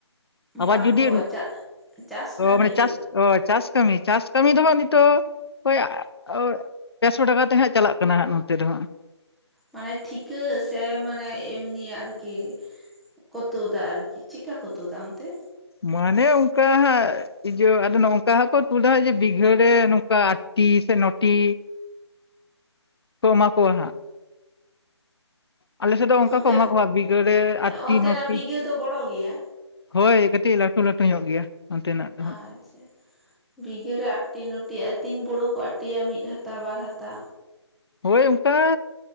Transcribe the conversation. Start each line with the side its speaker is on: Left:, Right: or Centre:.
Left: ᱟᱵᱟᱨ
Centre: ᱵᱟᱝ
Left: ᱡᱩᱫᱤ
Centre: ᱜᱚ ᱪᱟᱥ ᱠᱟᱹᱢᱤ
Left: ᱢᱟᱱᱮ
Centre: ᱨᱮᱭᱟᱜ
Left: ᱪᱟᱥ ᱪᱟᱥ ᱠᱟᱹᱢᱤ ᱪᱟᱥ ᱠᱟᱹᱢᱤ ᱫᱚ ᱦᱟᱸᱜ ᱱᱤᱛᱚᱜ ᱚᱠᱚᱭ <unintelligible> ᱪᱟᱥᱚ ᱴᱟᱠᱟ ᱠᱟᱛᱮ ᱦᱟᱸᱜ ᱪᱟᱞᱟᱜ ᱠᱟᱱᱟ ᱦᱟᱸᱜ ᱱᱚᱛᱮ ᱫᱚ ᱦᱟᱸᱜ
Centre: ᱢᱟᱱᱮ ᱴᱷᱤᱠᱟᱹ ᱥᱮ ᱢᱟᱱᱮ ᱮᱢᱱᱤ ᱟᱨᱠᱤ ᱠᱚᱛᱩ ᱫᱟ ᱟᱨᱠᱤ ᱪᱮᱫᱠᱟ ᱠᱚᱛᱩ ᱫᱟ ᱚᱱᱛᱮ
Left: ᱢᱟᱱᱮ ᱚᱱᱠᱟ ᱦᱟᱸᱜ ᱤᱭᱟᱹ ᱟᱫᱚ ᱱᱚ ᱝᱠᱟ ᱦᱟᱸᱜ ᱠᱚ ᱛᱩᱫᱟ ᱡᱮ ᱵᱤᱜᱷᱟᱹᱨᱮ ᱱᱚᱝᱠᱟ ᱴᱤ ᱥᱮ ᱱᱚᱴᱤ? ᱠᱚ ᱮᱢᱟ ᱠᱚᱣᱟ ᱦᱟᱸᱜ᱾ ᱟᱞᱮ ᱥᱮᱜ ᱫᱚ ᱚᱱᱠᱟ
Centre: ᱚᱱᱛᱮ
Left: ᱠᱚ ᱮᱢᱟ ᱠᱚᱣᱟ ᱵᱤᱜᱷᱟᱹᱲᱮ ᱟᱴ ᱴᱤ
Centre: ᱚᱱᱛᱮᱱᱟᱜ
Left: ᱱᱚ ᱴᱤ᱾
Centre: ᱵᱤᱜᱷᱟᱹ ᱫᱚ ᱵᱚᱲᱚ ᱜᱮᱭᱟ
Left: ᱦᱳᱭ, ᱠᱟᱹᱴᱤᱡ ᱞᱟᱹᱴᱩ ᱞᱟᱹᱴᱩ ᱧᱚᱜ ᱜᱮᱭᱟ᱾ ᱚᱱᱛᱮᱱᱟᱜ ᱫᱚ ᱦᱟᱸᱜ
Centre: ᱟᱨ, ᱟᱪᱪᱷᱟ ᱵᱤᱜᱷᱟᱹᱨᱮ ᱟᱴᱴᱤ ᱱᱚ ᱴᱤ ᱛᱤᱱ ᱵᱳᱲᱚ ᱠᱚ ᱟᱴᱤᱭᱟ? ᱢᱤᱫ ᱦᱟᱛᱟ ᱵᱟᱨ ᱦᱟᱛᱟ,
Left: ᱦᱳᱭ ᱚᱱᱠᱟ